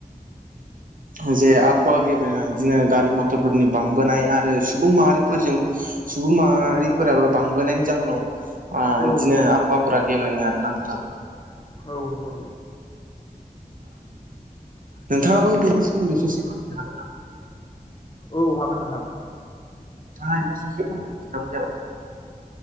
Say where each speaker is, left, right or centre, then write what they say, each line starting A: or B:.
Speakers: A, on the right; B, on the left.
A: ओ जे आबहावा गेब्रेना बिदिनो गारि मथरफोरनि बांबोनाय आरो सुबुं माहारिफोरजों सुबुं माहारिफोराबो बांबोनायनि जाहोनाव आ
B: औ
A: बिदिनो
B: नंगौ नोंथां
A: आ आफोरा गेबें आ नांथाब
B: औ नगौ
A: नोंथाङाबो बेनि सोमोन्दै ससे फोरमायनो हागोन नामा
B: औ हागोन नोंथां
A: ह मससखोनथ मोन जाबाय <unintelligible>